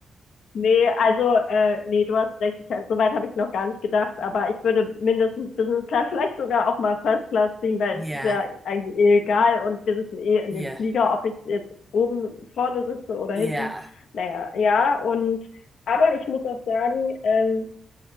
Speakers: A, on the left (about 70°); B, in the centre.
A: nee, also, äh, nee, du hast recht, ich, so weit habe ich noch gar nicht gedacht, aber ich würde mindestens Business Class, vielleicht sogar auch mal First Class ziehen, weil
B: Ja,
A: es ist ja eigentlich eh egal und wir sitzen eh in
B: ja,
A: dem Flieger, ob ich jetzt oben vorne sitze oder
B: ja,
A: hinten. Naja, ja, und, aber ich muss auch sagen, ähm,